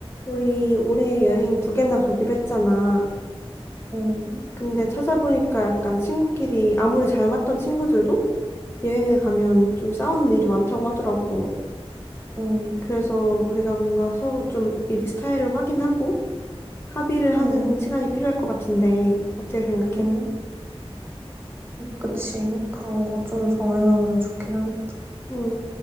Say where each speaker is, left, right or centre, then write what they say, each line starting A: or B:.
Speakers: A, on the left; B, on the right.
A: 우리 올해 여행 두 개나 가기로 했잖아.
B: 음,
A: 근데 찾아보니까 약간 친구끼리 아무리 잘 맞던 친구들도 여행을 가면 좀 싸우는 일이 많다고 하더라고.
B: 음,
A: 그래서 우리가 뭔가 서로 좀 미리 스타일을 확인하고 합의를
B: 음,
A: 하는 시간이 필요할 것 같은데 어떻게 생각해?
B: 음. 그치. 그런 거 좀 정해놓으면 좋긴 하겠다.
A: 음,